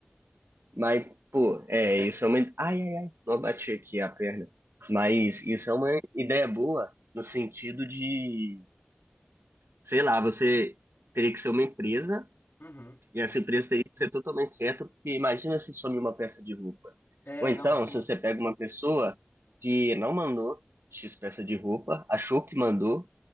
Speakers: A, on the right (about 75°); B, on the left (about 60°).
A: Mas, pô, é, isso é uma. Ai, ai, ai, não bati aqui a perna. Mas isso é uma ideia boa no sentido de, sei lá, você teria que ser uma empresa
B: Uhum.
A: E essa empresa teria que ser totalmente certa, porque imagina se some uma peça de roupa.
B: É,
A: Ou então,
B: não, sim.
A: se você pega uma pessoa que não mandou X peça de roupa, achou que mandou,